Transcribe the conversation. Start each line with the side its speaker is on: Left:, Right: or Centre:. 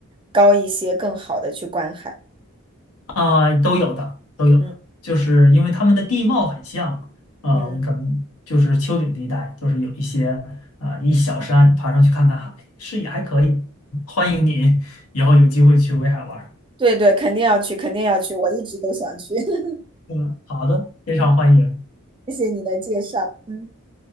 Right: 高一些，更好的去观海，
Left: 啊、都有的，都有的，
Right: 嗯
Left: 就是因为他们的地貌很像，啊、
Right: 嗯。
Left: 我们可能就是丘陵地带，就是有一些啊、一小山，爬上去看看海，视野还可以。欢迎你以后有机会去威海玩儿
Right: 对对，肯定要去，肯定要去，我一直都想去。<laughs>
Left: 嗯，好的，非常欢迎。
Right: 嗯谢谢你的介绍，嗯，